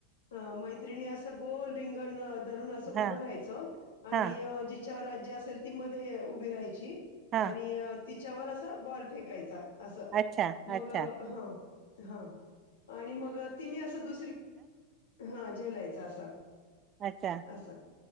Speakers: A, on the left; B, on the right.
A: अ मैत्रिणी असं गोल रिंगण धरून अस उभं
B: हा
A: राहायचं आणि
B: हा
A: जिच्या राज्य असेल ती मध्ये उभी राहायची
B: हा
A: आणि तिच्यावर असं बॉल फेकायचा असं
B: अच्छा
A: मग
B: अच्छा
A: ह हा आणि मग तिने असं दुसरी हा जेलायचा असा
B: अच्छा
A: असा